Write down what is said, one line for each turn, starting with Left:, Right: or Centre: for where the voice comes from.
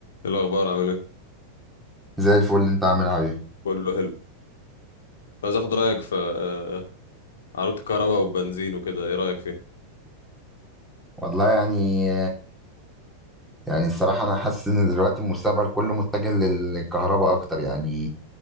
Left: إيه الأخبار عامل ايه؟
Centre: زي الفل اللي انت عاملها ايه
Left: كله حلو عايز اخد رأيك في آه، عربية الكهرباء والبنزين وكده ايه رأيك فيها؟
Centre: والله يعني يعني الصراحة أنا حاسس إن دلوقتي المستقبل كله متجه للكهرباء أكتر يعني